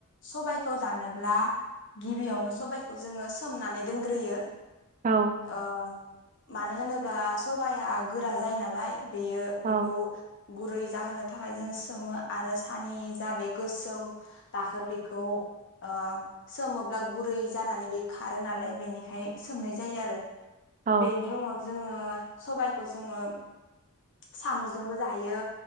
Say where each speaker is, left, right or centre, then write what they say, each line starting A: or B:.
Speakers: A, on the left (about 55°); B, on the right (about 35°).
A: सबायखौ जानो ब्ला गिबियावनो सबायखौ जोङो सोमनानै दोनग्रोयो।
B: औ
A: ओ मानो होनोब्ला सबाया गोरा जायो नालाय बेयो बेखौ
B: औ
A: गुरै जाहोनो थाखाय जों सोमो आरो सानि जा बे गोसोम दाखोन बेखौ ओ सोमोब्ला गुरै जानानै बे खारो नालाय बेनि खाय सोनाय जायो आरो
B: औ
A: बेनि उनाव जोङो सबायखौ जोङो साम'जोंबो जायो